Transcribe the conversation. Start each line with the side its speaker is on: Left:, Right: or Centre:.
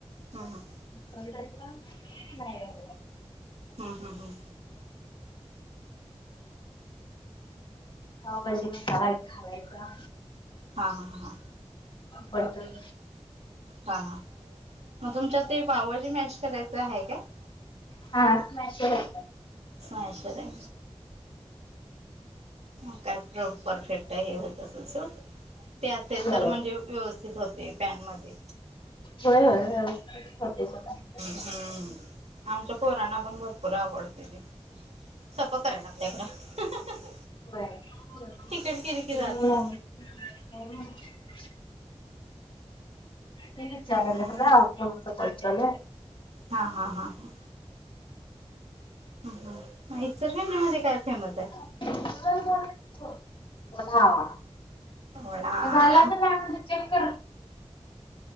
Right: हम् हम
Left: तरी पनं नाही,
Right: हंम हम्मं हम्मं.
Left: पावभाजी मसांला एक घालांयचा.
Right: हां हां हां.
Left: बटंन
Right: हां हां, मंग तुमच्यांत ते पावभाजी मॅश करायचं आहे कायं?
Left: हां, मॅशर हांय.
Right: मॅशर हांय. मंग कायं परफेक्ट आहे होतं. ते असेल
Left: होय
Right: तरं म्हणजे व्यवस्थित होतंय पॅन मध्यें.
Left: होयं होयं, व्यवस्थित होत्यां सुद्धां
Right: हम्म आमच्या पोरांना पणं भरंपूर आवडतंय ते, सपंक करांयला लागतंय खरं.
Left: व्हयं
Right: तिकीट केली की जात नाही.
Left: ती विचाराल्यां
Right: हम्म
Left: मलां, मी मटलं कॉल चालुंय.
Right: हां हां हां हां, ह, हा, इचलकरंजीमध्ये काय फेमस हाय?
Left: <unintelligible>
Right: वडा हा
Left: झाल असल दहा मिनट चेक कर.